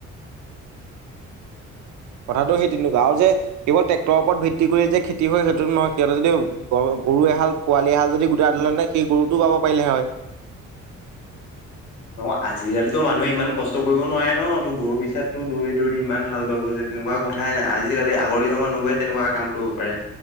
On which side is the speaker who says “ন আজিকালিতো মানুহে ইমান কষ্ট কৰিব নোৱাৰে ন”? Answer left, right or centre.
Left